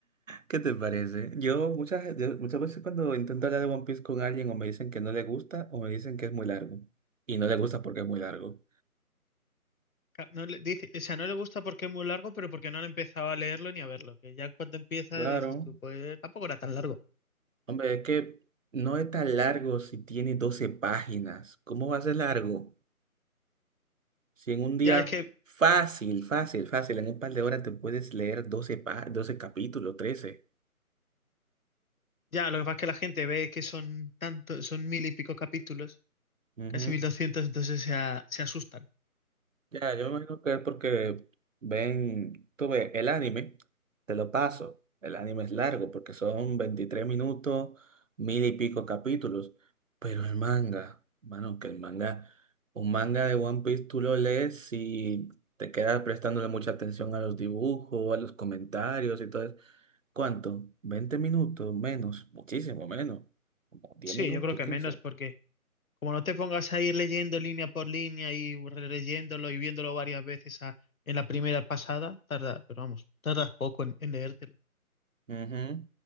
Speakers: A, on the right (about 60°); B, on the left (about 65°).
A: ¿Qué te parece? Yo muchas, yo muchas veces cuando intento hablar de One Piece con alguien o me dicen que no le gusta o me dicen que es muy largo. Y no le gusta porque es muy largo.
B: Ca- No le, dice, o sea, no le gusta porque es muy largo, pero porque no han empezado a leerlo ni a verlo. Que ya cuando empieza
A: Claro.
B: dices tú, pues tampoco era tan largo.
A: Hombre, es que no es tan largo si tiene 12 páginas. ¿Cómo va a ser largo? Si en un día
B: Ya es que,
A: fácil, fácil, fácil, en un par de horas te puedes leer doce pa- 12 capítulos, trece?
B: ya, lo que pasa es que la gente ve que son tantos, son mil y pico capítulos,
A: Ujú.
B: casi mil doscientos, entonces se, a- se asustan.
A: Ya, yo me imagino que es porque ven, tú ves, el anime, te lo paso, el anime es largo porque son 23 minutos, mil y pico capítulos, pero el manga, mano, que el manga, un manga de One Piece tú lo lees y te quedas prestándole mucha atención a los dibujos, a los comentarios y todo eso. ¿Cuánto? veinte minutos? Menos, muchísimo menos, como 10
B: Sí,
A: minutos,
B: yo creo que
A: 15.
B: menos porque como no te pongas a ir leyendo línea por línea y releyéndolo y viéndolo varias veces a- en la primera pasada, tarda, pero vamos, tardas poco en, en leértelo.
A: Ujú.